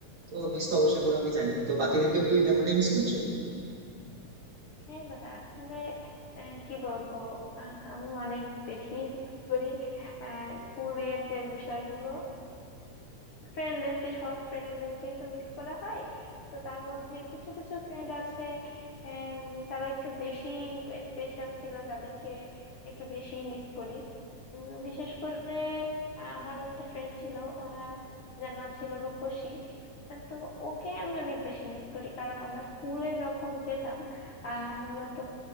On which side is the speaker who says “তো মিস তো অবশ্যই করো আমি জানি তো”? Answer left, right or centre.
Right